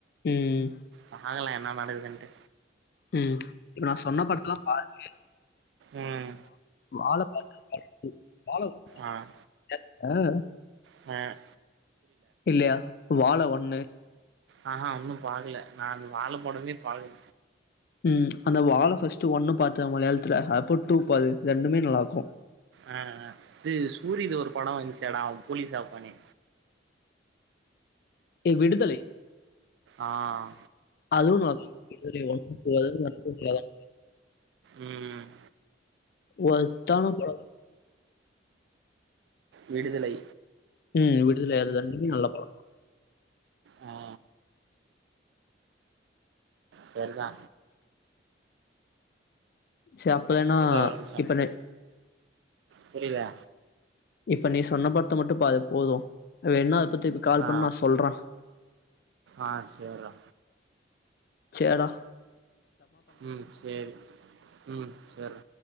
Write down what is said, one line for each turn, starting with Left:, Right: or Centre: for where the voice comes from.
Left: ம்.
Right: பாக்கலா என்னா நடக்குதுன்ட்டு
Left: உம் இப்ப நா சொன்ன படத்தல்லா பாரு
Right: உம்
Left: வால பாரு பார்ட் டூ பாலோ
Right: ஆஹ்
Left: த்த ஆஹ்
Right: அ
Left: இல்லையா வாழ ஒன்னு
Right: ஆஹ் ஹா உன்னு பாக்கல நான் வாழ படமே பாக்கல
Left: உம் அந்த வாழை ஃபர்ஸ்ட் ஒன்னு பாத்த மலையாளத்துல அப்ப டூப்பாத்த ரெண்டுமே நல்லா இருக்கு
Right: ஆஹ் இது சூரிது ஒரு படோ வந்துச்சேடா அவ போலீஸ்சாருப்பானே
Left: ஏ விடுதலை
Right: ஆஹ்
Left: அதுவு நல்லா <inaudible>
Right: உம்
Left: வொர்த்தான படோ
Right: விடுதலை
Left: உம் விடுதலை அது ரெண்டுமே நல்லா படோ
Right: ஆ சரிதா
Left: சரி அப்பலன்னா
Right: இருடா ஒரு நிமிஷம்
Left: இப்ப நெ
Right: புரியல
Left: இப்ப நீ சொன்ன படத்த மட்டு பாரு போது வேன்னா <unintelligible> கால்
Right: ஆ
Left: பண்ணு நா சொல்றே
Right: ஆ சேர்றா
Left: சேர்ரா
Right: உம் சேரி உம் செர்